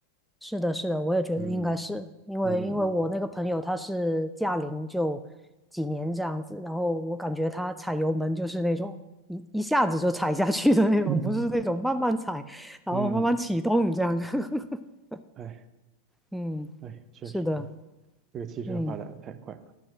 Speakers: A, in the centre; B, on the right.
A: 是的，是的，我也觉得应该是因为因为我那个朋友他是驾龄就几年这样子，
B: 嗯嗯
A: 然后我感觉他踩油门就是那种一一下子就踩下去的那种，
B: 嗯
A: 不是那种慢慢踩，
B: <clears throat>
A: 然后慢慢启动这样。
B: 嗯，
A: <laughs>
B: 哎
A: 嗯，
B: 哎，确实呢，
A: 是的，
B: 这个汽车发展的太快了，
A: 嗯。